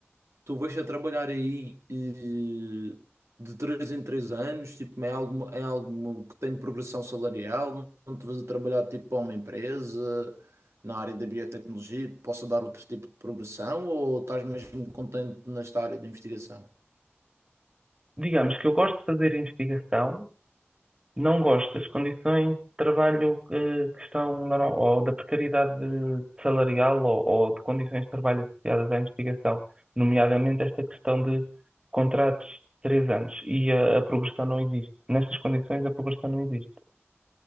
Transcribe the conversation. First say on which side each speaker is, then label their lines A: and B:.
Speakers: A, on the right; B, on the right.
A: tu vais a trabalhar aí eh, de 3 em 3 anos, tipo, é algo, é algo que tem progressão salarial, não te vais a trabalhar tipo para uma empresa na área da biotecnologia, que possa dar outro tipo de progressão ou estás mesmo contente nesta área de investigação?
B: Digamos que eu gosto de fazer investigação, não gosto das condições de trabalho eh, que estão, na- ou da precariedade de- salarial ou, ou de condições de trabalho associadas à investigação, nomeadamente esta questão de contratos de três anos e a, a progressão não existe. Nestas condições, a progressão não existe.